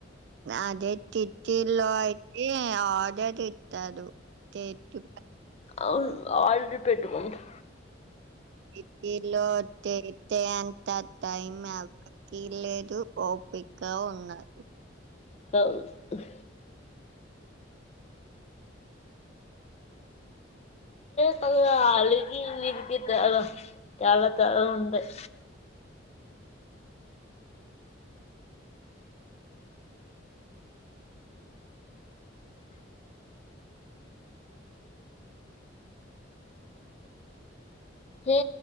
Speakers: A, on the right; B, on the left.
A: అదే సిటీలో అయితే ఆర్డర్ ఇస్తారు చేసు
B: అవును ఆర్డర్ పెట్టుకుంటారు
A: సిటీలో చేసే అంత టైం ఎవ్వరికీ లేదు ఓపిక కా ఉండదు
B: అవును ఆ వీధికి ఈ వీధికి దూరం చాలా చాలా ఉంటది ఏ